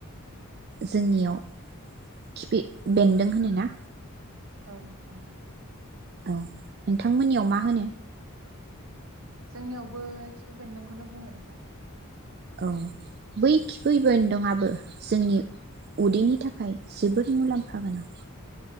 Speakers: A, on the right; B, on the right.
A: जोंनियाव खिफि बेन्दों होनोना?
B: औ थथां <unintelligible>
A: औ नोंथांमोननियाव मा होनो?
B: जोंनियावबो खिफि बेन्दोंखौनो बुङो नोंथां।
A: औ बै खिफै बेनदोंयाबो
B: औ
A: जोंनि उदैनि थाखाय जोबोर मुलाम्फा गोनां